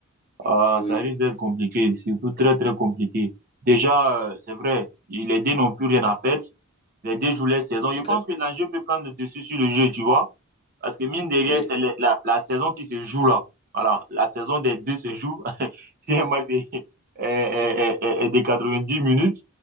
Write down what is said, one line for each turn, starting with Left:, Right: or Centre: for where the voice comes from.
Right: Ah,
Left: Oui,
Right: ça risque d'être compliqué, surtout très très compliqué. Déjà, euh, c'est vrai, les deux n'ont plus rien à perdre. Les deux jouent leur saison.
Left: c'est
Right: Je pense
Left: clair.
Right: que l'enjeu peut prendre le dessus sur le jeu, tu vois. Parce que mine de rien,
Left: Oui,
Right: c'est la, la- la saison qui se joue là. Voilà, la saison des deux se joue. <laughs> C'est un match de, euh, euh, euh, euh, euh, de dix minutes.